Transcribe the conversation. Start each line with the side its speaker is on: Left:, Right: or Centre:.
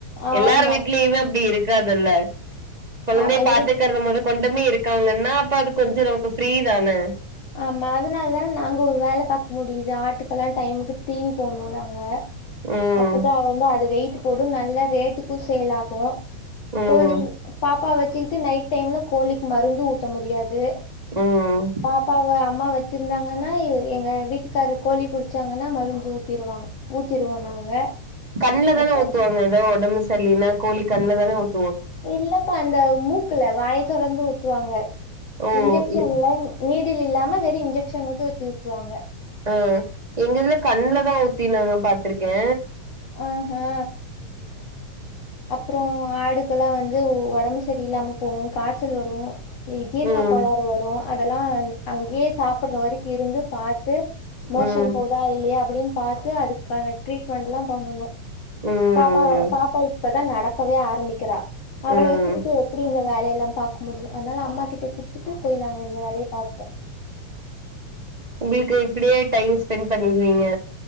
Left: ஆமா
Right: எல்லாரு வீட்லயுமே அப்படி இருக்காதுல்ல கொழந்தைய
Left: ஆமா
Right: பாத்துக்கறத
Left: இரு
Right: முத கொண்டுமே இருக்காங்கன்னா அப்ப அது கொஞ்ச நமக்கு ஃப்ரீ தான
Left: ஆமா அதுனால தா நாங்க ஒரு வேல பாக்க முடியுது ஆட்டுக்கெல்லா டைமுக்கு தீனி போடணு நாங்க
Right: ம்
Left: அப்போதா அது வந்து அது வெயிட் போடு நல்லா ரேட்டுக்கு சேல் ஆகு
Right: ம்
Left: கோழி பாப்பா வச்சுக்கிட்டு நைட் டைம்ல கோழிக்கு மருந்து ஊத்த முடியாது
Right: ம்
Left: பாப்பாவ அம்மா வ சிருந்தாங்கன்னா இவரு எங்க வீட்டுக்காரு கோழி புடிச்சாங்கன்னா மருந்து ஊத்திருவாங்க ஊத்திருவோ நாங்க
Right: கண்ல தான
Left: இப்போ
Right: ஊத்துவாங்க ஏதோஒடம்பு சரியில்னா கோழி கண்ல தான ஊத்
Left: இல்லப்பா அந்த மூக்குல வாய தொரந்து ஊத்துவாங்க
Right: ஓ
Left: இன்ஜெக்ஷன்ல
Right: இ
Left: நீடில் இல்லாம வெறு இன்ஜெக்ஷன் மட்டு வச்சு ஊத்துவாங்க
Right: அ எங்கஇதுல கண்ல தா ஊத்தி நா பாத்ருக்கே
Left: அ ஹா அப்றோ ஆடுக்கெல்லா வந்து ஒடம்பு சரியில்லாம போகு காய்ச்சல் வரு ஜீர்ண
Right: ம்
Left: கோளாறு வரு அதெல்லா அங்கேயே சாப்பிடுற வரைக்கு இருந்து பாத்து மோஷன்
Right: ம்
Left: போகுதா இல்லையா அப்படின் பாத்து அதுக்கான ட்ரீட்மெண்ட்லா பண்ணனு
Right: ம்
Left: பாப்பா பாப்பா இப்பதா நடக்கவே ஆரம்பிக்கிறா அவள
Right: ம்
Left: வச்சுகிட்டு எப்படி இந்த வேலயெல்லா பாக்க முடியு அதனால அம்மா கிட்ட குடுத்துட்டு போய் நாங்க இந்த வேலய பாப்போ
Right: உங்களுக்கு இப்படியே டைம் ஸ்பென்ட் பண்ணிருவீங்க